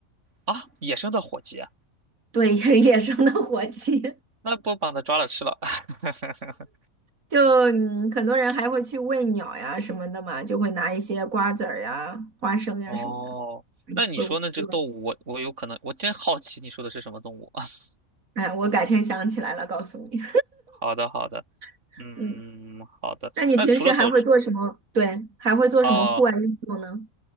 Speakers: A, on the right; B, on the right.
A: 啊，野生的火鸡啊，
B: 对，野野生的火鸡。
A: 那不把它抓了吃了？<laughs>
B: 就嗯，很多人还会去喂鸟呀什么的嘛，就会拿一些瓜子儿呀、花生呀什么的。
A: 哦，
B: 嗯我我
A: 那你说呢？这个动物，我我有可能，我真好奇你说的是什么动物。<laughs>
B: 哎，我改天想起来了告诉你。
A: 好的，好的，
B: <laughs>
A: 嗯，
B: 嗯，
A: 好的。
B: 那你平时还会做什么？
A: 那除了走
B: 对，还会做什么户外运动呢？
A: 啊，